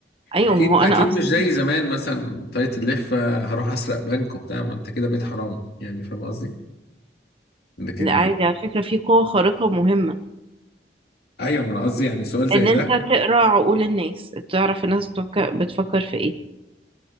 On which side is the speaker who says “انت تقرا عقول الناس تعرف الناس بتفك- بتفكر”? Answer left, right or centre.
Right